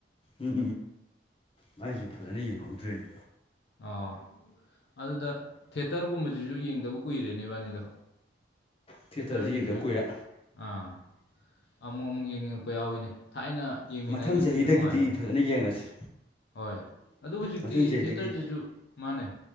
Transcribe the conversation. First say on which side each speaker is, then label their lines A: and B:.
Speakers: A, on the left; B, on the left.
A: ꯎꯝ ꯎꯝ ꯑꯩꯁꯨ ꯐꯖꯅ ꯌꯦꯡꯍꯧꯗ꯭ꯔꯦꯅꯦ
B: ꯑꯥ ꯑꯗꯨꯗ ꯊꯦꯇꯔꯒꯨꯝꯕꯁꯤꯁꯨ ꯌꯦꯡꯗꯕ ꯀꯨꯏꯔꯦꯅꯦ ꯏꯕꯥꯅꯤꯗꯣ
A: ꯊꯤꯌꯦꯇꯔꯁꯦ
B: ꯊꯦꯇꯔꯁꯤꯁꯨꯨ
A: ꯌꯦꯡꯗꯕ ꯀꯨꯏꯔꯦ
B: ꯑꯥ ꯑꯃꯨꯛ ꯑꯃꯨꯛ ꯌꯦꯡꯅꯤꯡꯉꯛꯄ ꯌꯥꯎꯏꯤꯅꯦ ꯊꯥꯏꯅ ꯌꯦꯡꯃꯤꯟꯅꯈꯤꯕꯗꯨꯁꯨ
A: ꯃꯊꯪ ꯆꯍꯤꯗꯒꯤꯗꯤ
B: ꯅꯨꯡꯉꯥꯏꯕꯅꯦ
A: ꯐꯖꯅ ꯌꯦꯡꯉꯁꯤ
B: ꯍꯣꯏ ꯑꯗꯨ ꯍꯧꯖꯤꯛꯇꯤ
A: ꯃꯊꯪ ꯆꯍꯤꯗꯒꯤ
B: ꯊꯦꯇꯔꯁꯤꯁꯨ ꯃꯥꯅꯦ